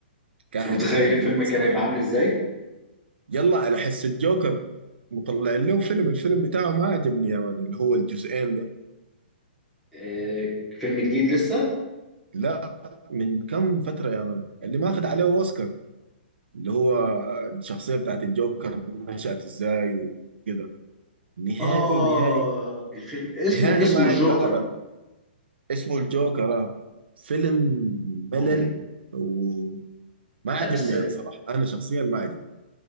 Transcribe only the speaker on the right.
كان
حتكون مجنونة
صراحة
يلا على حس الجوكر مطلع له فيلم الفيلم بتاعه ما عجبني يا مان اللي هو الجزئين ده
لا من كم فترة يا مان اللي ماخذ عليه اوسكار اللي هو الشخصية بتاعت الجوكر نشأت ازاي وكده نهائي
نهائي
نهائي
ما عنده
علم اسمه الجوكر آه. فيلم
ملل وما عجبني
انا صراحة انا شخصيا ما عجبني